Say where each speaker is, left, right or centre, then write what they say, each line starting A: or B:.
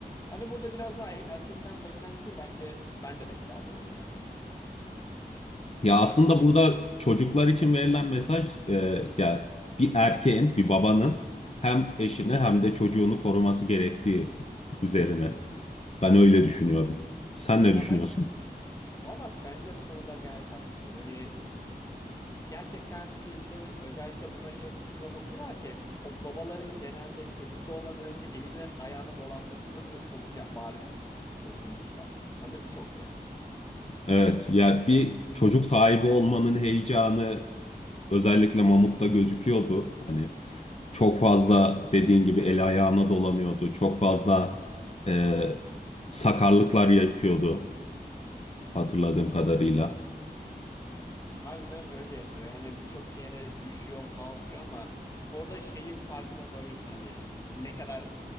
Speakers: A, on the left; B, on the left.
A: Hani burada biraz daha e- erkekten beklenti ki bence ben de beklerdim onu yani.
B: ya
A: Ya,
B: aslında burada çocuklar için verilen mesaj e, ya bir erkeğin, bir babanın hem eşini hem de çocuğunu koruması gerektiği üzerine. Ben öyle
A: hı
B: düşünüyorum.
A: hı.
B: Sen ne
A: Ya
B: düşünüyorsun?
A: ben valla bence bu konuda gayet haklısın. Hani gerçekten filmde özellikle buna şey kısmına dokunuyorlar ki o babaların genelde çocuk doğmadan önce eline ayağına dolanmasına da çok ca- bariz dokunmuşlar. Hem de birçok kez.
B: Evet, ya bir çocuk sahibi olmanın heyecanı özellikle Mamut'ta gözüküyordu. Hani Çok fazla dediğin gibi el ayağına dolanıyordu. Çok fazla e, sakarlıklar yapıyordu hatırladığım kadarıyla.
A: Harbiden öyle yapıyor. Yani birçok kere düşüyor, kalkıyor ama orada şeyi farkına varıyorsun hani ne kadar